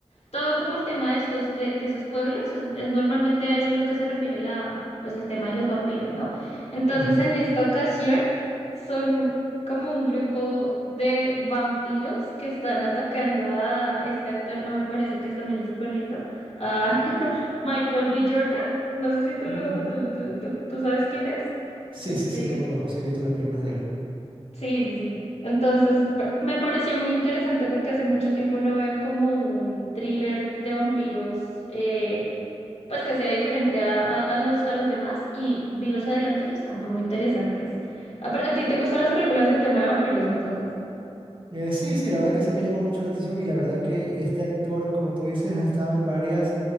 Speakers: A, on the left; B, on the right.
A: Todo como el tema de estos, de, de esos pueblos, es, es normalmente a eso lo que se refiere la, pues el tema de los vampiros, ¿no? Entonces,
B: Ajá.
A: en esta ocasión, son como un grupo de vampiros que están atacando a este actor, a mí me parece que es- también es súper lindo, a <laughs> Michael B. Jordan. No sé si tú lo,
B: Mm,
A: tú, tú, tú, tú sabes quién es.
B: sí,
A: Este,
B: sí, sí, lo conozco, sí he visto las películas de él.
A: Sí, sí, sí. Entonces, pa- me pareció muy interesante porque hace mucho tiempo no veo como un thriller de vampiros, eh, pues que sea diferente a, a- a los, a los demás y vi los adelantos y están como interesantes. Ah, pero ¿A, ti te gustan las películas de tema de vampiros entonces?
B: Eh, sí, sí, la verdad que sí me llama mucho la atención y la verdad que este actor, como tú dices, ha estado en varias